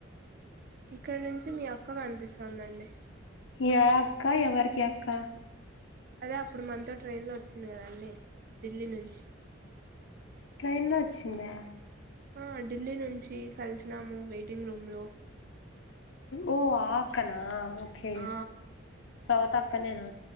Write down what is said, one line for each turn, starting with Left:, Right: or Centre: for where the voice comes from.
Right: ఇక్కడ నుంచి మీ అక్క కనిపిస్తుందండి
Left: ఏ అక్క ఎవరికి అక్క
Right: అదే అప్పుడు మనతో ట్రైన్లో వచ్చింది కదండి ఢిల్లీ నుంచి
Left: ట్రైన్ లో వచ్చిందా
Right: ఆ ఢిల్లీ నుంచి కలిసినాము వెయిటింగ్ రూమ్ లో
Left: ఓ ఆ అక్కనా ఓకే
Right: ఆ
Left: సౌత అక్కనేనా